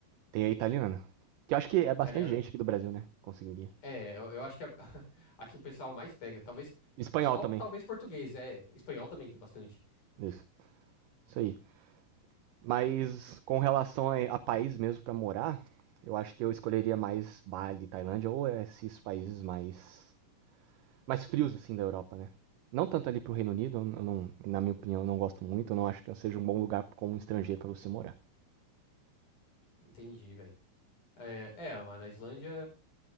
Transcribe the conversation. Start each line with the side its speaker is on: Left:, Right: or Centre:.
Right: Tem a italiana. Que eu acho que é
Left: Italiana?
Right: bastante gente aqui do Brasil, né? Conseguiria.
Left: É, eu, eu acho que a- <laughs> aqui o pessoal mais pega. Talvez.
Right: Espanhol
Left: Só
Right: também.
Left: talvez português. É, espanhol também tem bastante.
Right: Isso. Isso aí. Mas com relação a, a país mesmo para morar, eu acho que eu escolheria mais Bali, Tailândia ou esses países mais mais frios assim da Europa, né? Não tanto ali pro Reino Unido, eu não, na minha opinião, eu não gosto muito, eu não acho que seja um bom lugar como um estrangeiro para você morar.
Left: Entendi, velho. É, é, mas na Islândia.